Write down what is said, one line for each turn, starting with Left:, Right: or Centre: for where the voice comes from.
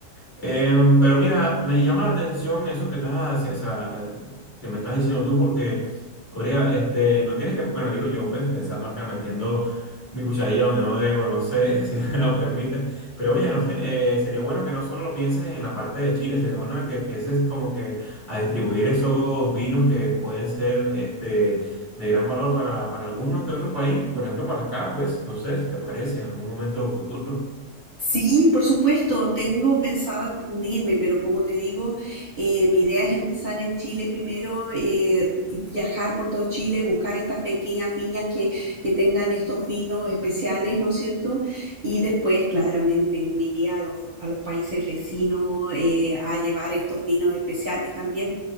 Left: Em, pero mira, me llama la atención eso que estás, haci- o sea, que me estás diciendo tú, porque, Orea, este, no tienes que, bueno, digo yo, pues, pensando acá, metiendo mi cucharilla donde no debo, no sé <laughs> si me lo permites, pero oye, no sé, eh, sería bueno que no solo lo pienses en la parte de Chile, sería bueno que empieces como que a distribuir esos vinos que pueden ser, este, de gran valor para, para algún que otro país, por ejemplo, para acá, pues, no sé si te parece en algún momento futuro.
Right: Sí, por supuesto, tengo pensado expandirme, pero como te digo, eh, mi idea es empezar en Chile primero, eh, y viajar por todo Chile, buscar estas pequeñas viñas que, que tengan estos vinos especiales, ¿no es cierto? Y después, claramente, me iría a los, a los países vecinos eh, a llevar estos vinos especiales también.